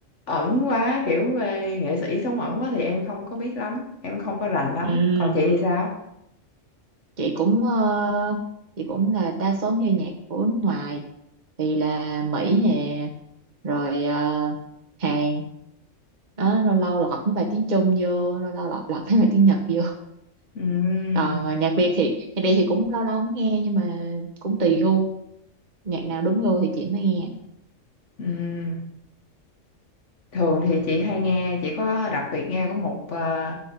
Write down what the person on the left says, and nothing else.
ẩn quá kiểu về nghệ sĩ sống ẩn quá thì em không có biết lắm em không có rành lắm
còn chị thì sao
Ừm,
ừm. Thường thì chị hay nghe, chị có đặc biệt nghe của một ờ,